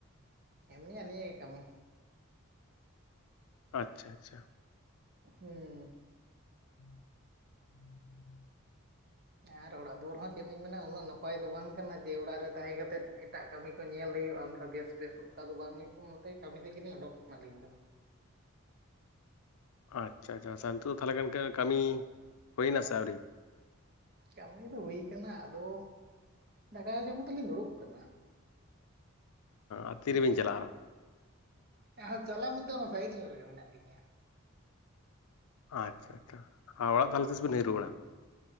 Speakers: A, on the right; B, on the left.
A: ᱮᱢᱱᱤ ᱟᱹᱞᱤᱧᱟᱜ ᱜᱮ ᱠᱟᱹᱢᱤ
B: ᱟᱪᱪᱷᱟ ᱟᱪᱪᱷᱟ
A: ᱦᱮᱸ
B: <inaudible>
A: ᱟᱨ ᱚᱲᱟᱜ ᱫᱩᱣᱟᱹᱨ ᱦᱚᱸ ᱪᱮᱫ ᱞᱤᱧ ᱢᱮᱱᱟ ᱩᱱᱟᱹᱜ ᱱᱟᱯᱟᱭ ᱫᱚ ᱵᱟᱝ ᱠᱟᱱᱟ ᱡᱮ ᱚᱲᱟᱜ ᱨᱮ ᱛᱟᱦᱮᱸ ᱠᱟᱛᱮᱫ ᱮᱴᱟᱜ ᱠᱟᱹᱢᱤ ᱠᱚ ᱧᱮᱞ ᱦᱩᱭᱩᱜᱼᱟ ᱚᱱᱠᱟ ᱵᱮᱥ ᱵᱮᱥ ᱚᱱᱠᱟ ᱫᱚ ᱵᱟᱝ ᱦᱩᱭᱩᱜ ᱚᱱᱟᱛᱮ ᱠᱟᱹᱢᱤ ᱥᱮᱫ ᱜᱮᱞᱤᱧ ᱚᱰᱚᱠ ᱠᱟᱱᱟᱞᱤᱧ ᱫᱚ
B: ᱟᱪᱪᱷᱟ ᱟᱪᱪᱷᱟ ᱟ ᱱᱤᱛ ᱫᱚ ᱛᱟᱦᱚᱞᱮ ᱠᱷᱟᱱ ᱠᱟᱹᱢᱤ ᱦᱩᱭᱱᱟ ᱥᱮ ᱟᱹᱣᱨᱤ
A: ᱠᱟᱹᱢᱤ ᱫᱚ ᱦᱩᱭ ᱟᱠᱟᱱᱟ ᱟᱫᱚ ᱫᱟᱠᱟ ᱡᱚᱢ ᱛᱮᱞᱤᱧ ᱫᱩᱲᱩᱵ ᱟᱠᱟᱱᱟ <inaudible>
B: ᱟᱨ ᱛᱤᱨᱮᱵᱤᱱ ᱪᱟᱞᱟᱜᱼᱟ ᱟᱨᱚ?
A: ᱮᱸ ᱪᱟᱞᱟ ᱢᱮᱱᱫᱚ ᱚᱱᱟ ᱥᱟᱭᱤᱰ ᱧᱚᱜ ᱨᱮᱜᱮ ᱢᱮᱱᱟᱜ ᱞᱤᱧᱟᱹ
B: ᱟᱪᱪᱷᱟ ᱟᱪᱪᱷᱟ ᱚᱲᱟᱜ ᱛᱟᱦᱚᱞᱮ ᱛᱤᱥ
A: ᱦᱩᱸ
B: ᱵᱮᱱ ᱦᱮᱡ ᱨᱩᱣᱟᱹᱲᱟ